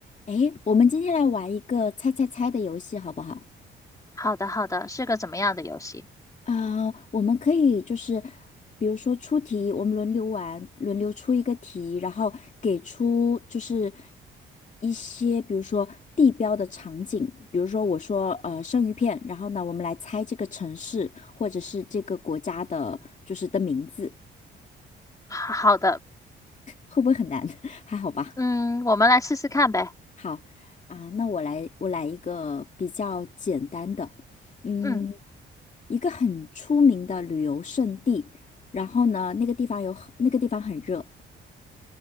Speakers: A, on the left; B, on the left.
A: 诶，我们今天来玩一个猜猜猜的游戏，好不好？
B: 好的，好的，是个怎么样的游戏？
A: 啊、我们可以就是，比如说出题，我们轮流玩，轮流出一个题，然后给出就是一些，比如说地标的场景，比如说我说呃生鱼片，然后呢，我们来猜这个城市或者是这个国家的，就是的名字，
B: 好好的，
A: 会不会很难？<laughs> 还好吧？
B: 嗯，我们来试试看呗。
A: 好啊、那我来我来一个比较简单的，嗯。
B: 嗯，
A: 一个很出名的旅游胜地，然后呢，那个地方有很那个地方很热，